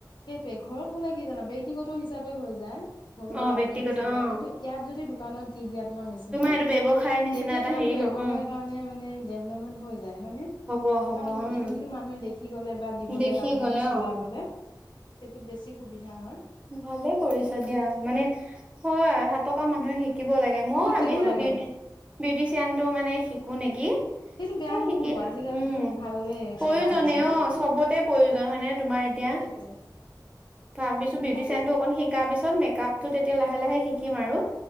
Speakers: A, on the left (about 80°); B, on the right (about 15°).
A: সেইটোয়ে ঘৰত হ'লে কি জান ব্যক্তিগত হিচাপে হৈ যায় ঘৰুৱা
B: অ
A: কাপোৰ
B: ব্যক্তিগত
A: কানি চিলোৱা
B: অ
A: কিন্তু ইয়াত যদি দোকানত দি দিয়া তোমাৰ মেচিনটো
B: সেইটো ব্যৱসায় নিচিনা
A: তেতিয়া
B: এটা
A: তোমাৰো
B: হেৰি
A: ব্যৱসায়
B: হ উম
A: কাৰণে মানে ডেভলপমেণ্ট হৈ যায় হয়নে।
B: হ'ব হ'ব
A: কাৰণ
B: উম
A: ইটো সিটো মানুহে দেখি গলে বা দিবলে
B: দেখি
A: কাপোৰ
B: গ'লে
A: কানি চিলাবলে।
B: অ
A: টোত বেছি সুবিধা হয়
B: ভালে কৰিছ দিয়া মানে হয় আৰু হাতকা মানুহে শিক শিকিব লাগে ময়ো
A: অ শিকিব
B: ভাবিছোঁ
A: লাগে
B: বিউটি বিউটিচিয়ানটো মানে শিকোঁ নেকি
A: সেইটো বেয়া
B: তে
A: নহ'ব
B: শিকি
A: আজিকালিতো
B: উম
A: ভালেই
B: প্ৰয়োজনে
A: চলা হৈছে ন
B: অ
A: এইটো
B: চবতে প্ৰয়োজন হয় নে তোমাৰ এতিয়া
A: সেইটোৱে
B: থা মি চোন বিউটিচিয়ান
A: তাকে
B: অকন শিক তাৰপিছত মেকআপ টো তেতিয়া লাহে লাহে শিকিম আৰু